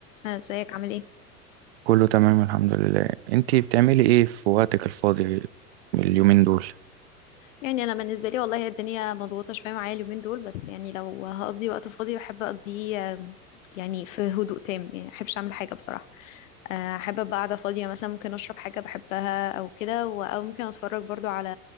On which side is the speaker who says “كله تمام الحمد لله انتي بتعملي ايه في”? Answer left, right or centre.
Right